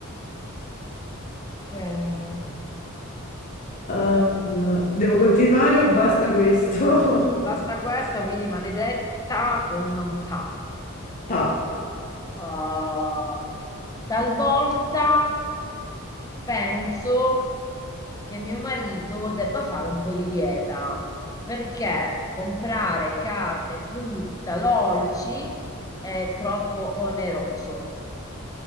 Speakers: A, on the left; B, on the left.
A: Eh, eh,
B: Uh, devo continuare o basta questo?
A: No, se ti basta
B: <laughs>
A: questa, quindi maledetta con ta.
B: Pa,
A: Uh, talvolta penso che mio marito debba fare un po' di dieta perché comprare carne, frutta, dolci è troppo oneroso.